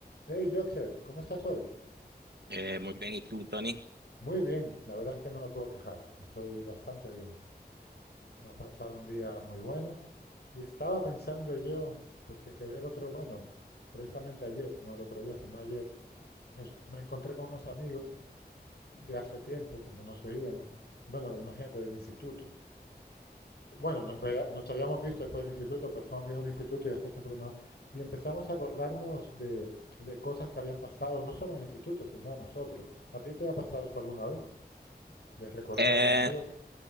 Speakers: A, on the left; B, on the right.
A: Hey, Joxer, ¿cómo estás hoy?
B: Eh, muy bien, ¿y tú, Tony?
A: Muy bien, la verdad es que no me puedo quejar, estoy bastante bien. Ha pasado un día muy bueno y estaba pensando yo, porque quedé el otro, bueno, precisamente ayer, no el otro día, sino ayer, es- me encontré con unos amigos de hace tiempo que no nos veíamos, bueno, imagínate del instituto. Bueno, nos, vea- nos habíamos visto después del instituto, pero somos amigos del instituto y hace tiempo que no. Y empezamos a acordarnos de, de cosas que habían pasado, no solo en el instituto, sino a nosotros. ¿A ti te ha pasado esto alguna vez? de recordar
B: Eh,
A: con amigos.